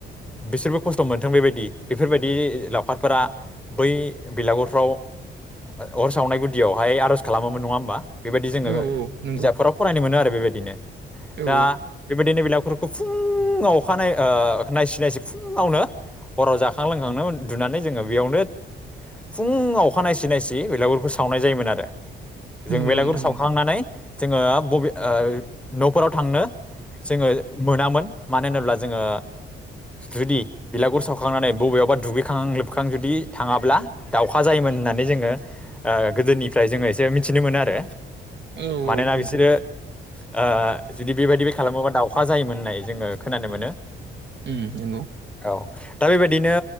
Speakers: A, in the centre; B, on the right.
A: बिसोरबो खस्थ' मोनथों बेबायदि बेफोरबायदि लावखारफोरा बै बिलागुरफ्राव अर सावनाय गुदियावहाय आरज खालामोमोन नङा होमबा बेबायदि जोङो
B: औ औ नंगौ
A: बिजाबफोराव फरायनो मोनो आरो बेबायदिनो
B: औ
A: दा बेबायदिनो बेलागुर फुङाव अखानाय ओ नायसि नायसि फुङावनो हराव जाखां लोंखांनो उन्दुनानै जोङो बेयावनो फुं अखा नायसि नायसे बेलागुरखौ सावनाय जायोमोन आरो जों
B: नंगौ
A: बेलागुरि
B: नोंथां
A: सावखांनानै
B: नंगौ
A: जोङो बबे न'फोराव थांनो जोङो मोनामोन मानो होनोब्ला जोङो जुदि बिलागुर सावखांनानै बबेयावबा दुगैखां लोबखां जुदि थाङाब्ला दाउखा जायोमोन होननानै जोङो गोदोनिफ्राय जोङो एसे मिथिनो मोनो आरो
B: औ
A: मानोना
B: औ नंगौ
A: बिसोरो ओ जुदि बेबायदि खालामोबा दाावखा जायोमोन होननाय जोङो खोनानो मोनो
B: उम नंगौ
A: औ दा बेबायदिनो